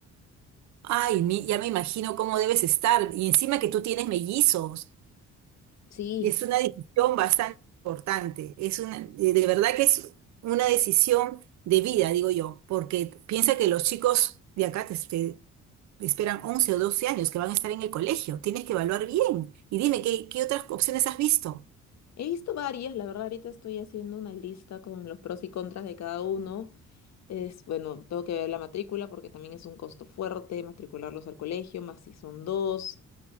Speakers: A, on the right; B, on the left.
A: Ay, mi- ya me imagino cómo debes estar. Y encima que tú tienes mellizos.
B: Sí,
A: Es una decisión bastante importante. Es una, de de verdad que es una decisión de vida, digo yo, porque piensa que los chicos de acá te, te esperan 11 o 12 años que van a estar en el colegio. Tienes que evaluar bien. Y dime, ¿qué, qué otras opciones has visto?
B: he visto varias. La verdad, ahorita estoy haciendo una lista con los pros y contras de cada uno. Es, bueno, tengo que ver la matrícula porque también es un costo fuerte matricularlos al colegio, más si son dos.